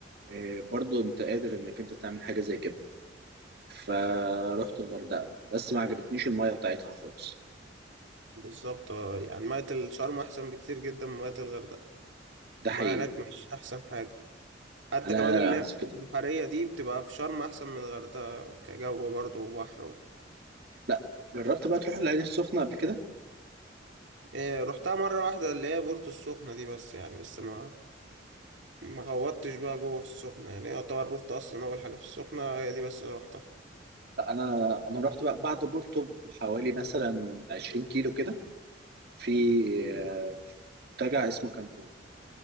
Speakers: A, on the right; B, on the right.
A: آه، برضو أنت قادر إنك أنت تعمل حاجة زي كده فروحت الغردقة بس ما عجبتنيش المية بتاعتها خالص
B: بالظبط آه، يعني مية الشرم أحسن بكتير جدا من مية الغردقة
A: ده
B: المية
A: حقيقي
B: هناك مش أحسن حاجة حتى
A: أنا
B: كمان اللي
A: حاسس
B: هي الحتة
A: كده
B: البحرية دي بتبقى في شرم أحسن من الغردقة كجو برضه وبحر و...
A: لا جربت بقى تروح العين السخنة قبل كده
B: إيه رحتها مرة واحدة اللي هي بورتو السخنة دي بس يعني بس ما ما غوطتش بقى جوه في السخنة يعني هي يعتبر بورتو أصلا أول حاجة في السخنة هي دي بس اللي رحتها
A: لا أنا أنا رحت بقى بعد بورتو بحوالي مثلا 20 كيلو كده في آه، في منتجع اسمه كانكون